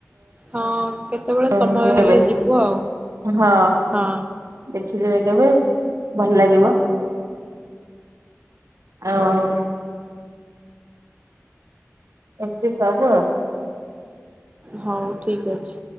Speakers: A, on the right; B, on the right.
A: ହଁ। କେତେବେଳେ
B: ହ
A: ସମୟ ହେଲେ
B: ଏବେ
A: ଯିବୁ ଆଉ
B: ହଁ
A: ହଁ
B: ଦେଖିଯିବେ କେବେ। ଭଲ ଲାଗିବ। ଆଉ
A: ହଉ
B: ଏମତି ସବୁ।
A: ହଉ ଠିକ ଅଛି।